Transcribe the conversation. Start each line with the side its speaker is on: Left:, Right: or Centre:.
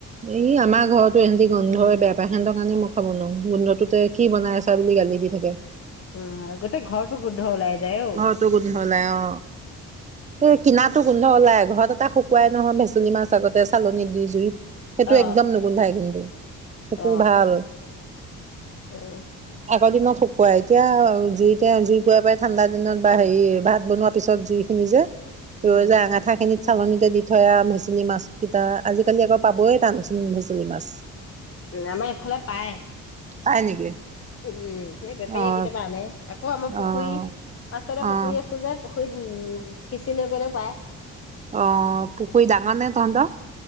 Right: এই আমাৰ ঘৰতো সিহতি গন্ধৰ বেয়া পায় সিহঁতৰ কাৰণে মই খাব ন গোন্ধটোতে কি বনাই আছা বুলি গালি দি থাকে
Left: অ গোটেই ঘৰটো গোন্ধ ওলাই যায় অ
Right: ঘৰটো গোন্ধ ওলাই অ এই কিনা টো গোন্ধ ওলাই ঘৰত এটা শুকুৱাই নহয় বেচনী মাছ চগতে চালনী দি জুইত সেইটো
Left: অ
Right: একদম নুগোন্ধাই কিন্তু সেইটো
Left: অ
Right: ভাল
Left: অ
Right: আগৰ দিনত শুকুৱাই এতিয়া জুইতে জুই কোৱা পাই ঠাণ্ডা দিনত বা হেৰি ভাত বনোৱাৰ পিছত জুইখিনি যে
Left: উম
Right: ৰৈ যা আঠা খিনিত চালনতে দি মিঠয়া মেচেলি মাছকেইটা আজিকালি আকৌ পাবই টান মেচেলি মাছ
Left: আমাৰ এফালে পায়
Right: পাই নেকি
Left: উম উম সেই বেপাৰী
Right: অ',
Left: কেইটা মানে আকৌ আমাৰ পুখুৰী
Right: অ',
Left: পাছৰে
Right: অ',
Left: পুখুৰী আছো যে পুখুৰী শুইত উম সিঁচি লৈ গলে পায়
Right: অ পুখুৰী ডাঙৰ নে তহত